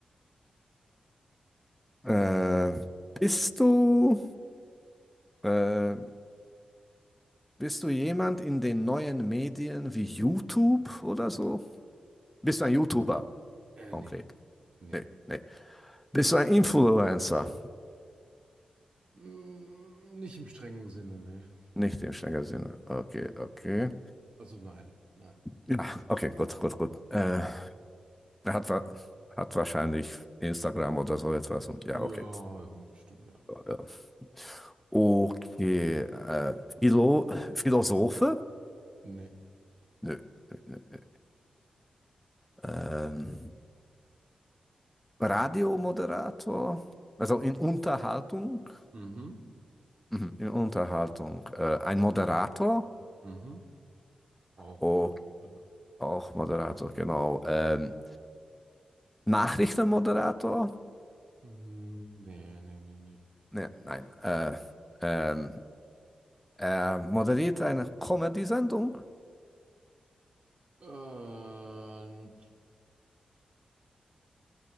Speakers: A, in the centre; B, on the right (about 45°).
A: äh, äh, bist du äh, bist du jemand in den neuen Medien wie YouTube oder so? Bist du ein YouTuber
B: Äh,
A: konkret?
B: nee, nee.
A: Nee, nee. Bist du ein Influencer?
B: Mm, nicht im strengen Sinne, ne?
A: Nicht im strengen Sinne. Okay, okay.
B: Also nein, nein.
A: Ja, okay, gut, gut, gut. Äh, er hat, wa- hat wahrscheinlich Instagram oder so etwas und ja,
B: Ja,
A: okay.
B: ja, stimmt, ja.
A: Ja. Okay. Äh, Philo Philosophe?
B: Nee.
A: Nö. nö, nö, nö. Ähm, Radiomoderator? Also in Unterhaltung?
B: Mhm,
A: Mhm, in Unterhaltung. Äh, ein Moderator?
B: mhm. Auch,
A: Oh,
B: ja. Ja.
A: auch Moderator, genau. Ähm, Nachrichtenmoderator?
B: Hm, Nee, nee, nee, nee.
A: Ne, nein. Äh, ähm, er moderiert eine Comedy-Sendung?
B: Ähm,